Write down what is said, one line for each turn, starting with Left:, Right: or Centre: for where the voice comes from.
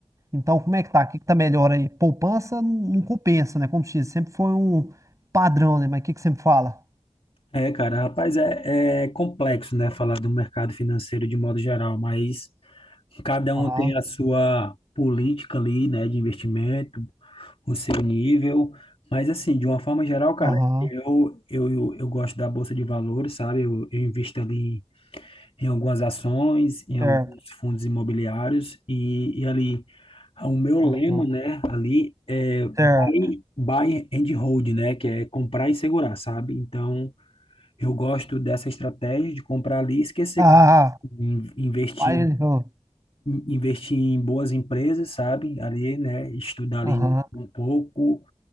Right: Então, como é que tá? O que que tá melhor aí? Poupança não, não compensa, né? Como se diz, sempre foi um padrão, né? Mas o que que sempre fala?
Left: É, cara, rapaz, é, é complexo, né? Falar do mercado financeiro de modo geral, mas cada
Right: Aham,
Left: um tem a sua política ali, né? De investimento, o seu nível. Mas assim, de uma forma geral, cara,
Right: aham,
Left: eu eu, eu, eu gosto da bolsa de valores, sabe? Eu, eu invisto ali em algumas ações, em
Right: certo,
Left: alguns fundos imobiliários e, e ali o meu
Right: aham,
Left: lema, né, ali é buy,
Right: certo.
Left: buy and hold, né, que é comprar e segurar, sabe? Então, eu gosto dessa estratégia de comprar ali e esquecer
Right: Ah,
Left: in- investir
Right: aí
Left: in-
Right: ele, falou,
Left: investir em boas empresas, sabe? Ali, né, estudar ali
Right: aham,
Left: um pouco